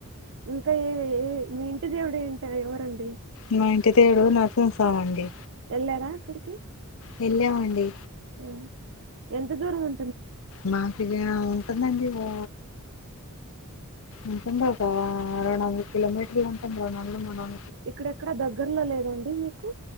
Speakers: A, on the right; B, on the left.
A: ఇంకా ఏ ఏ మీ ఇంటి దేవుడు ఏంట ఎవరండి
B: మా ఇంటి దేవుడు నరసింహస్వామి అండి
A: వెళ్లారా అక్కడికి
B: వెళ్ళామండి
A: ఆ! ఎంత దూరం ఉ
B: మాకు ఇది ఉంటుందండి ఓ ఉంటుంది ఒక రెండువందల కిలోమీటర్లు అ
A: ఇక్కడెక్కడ దగ్గర్లో లేదండి మీకు